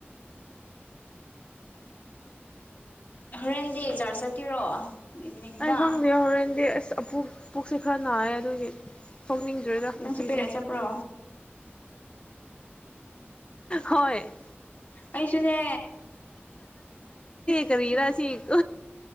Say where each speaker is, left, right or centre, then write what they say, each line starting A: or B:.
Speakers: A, on the left; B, on the left.
A: ꯍꯣꯔꯦꯟꯗꯤ ꯆꯥꯔꯖ ꯆꯠꯀꯦꯔꯣ ꯏꯚꯤꯅꯤꯡꯗ
B: ꯑꯩ ꯈ ꯍ ꯍꯔꯦꯟꯗꯤꯁ ꯣꯛ ꯄꯨꯛꯁꯦ ꯈꯔ ꯅꯥꯏꯌꯦ ꯑꯗꯨꯒꯤ ꯊꯣꯛꯅꯤꯡꯗ꯭ꯔꯦꯗ
A: ꯅꯪꯁꯨ
B: ꯉꯁꯤꯁꯦ
A: ꯄꯦꯔ ꯆꯦꯄ꯭ꯔꯣ
B: ꯍꯣꯏ
A: ꯀꯩꯁꯨꯅꯦ
B: ꯀꯔꯤꯔꯁꯤ